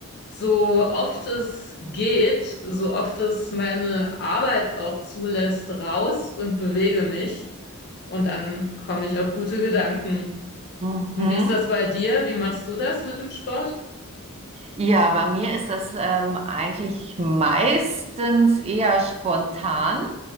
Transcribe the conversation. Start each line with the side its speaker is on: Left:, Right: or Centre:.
Left: so oft es geht, so oft es meine Arbeit auch zulässt, raus und bewege mich. Und dann komme ich auf gute Gedanken.
Right: Mhm.
Left: Und wie ist das bei dir? Wie machst du das mit dem Sport?
Right: Ja, bei mir ist das ähm, eigentlich meistens eher spontan.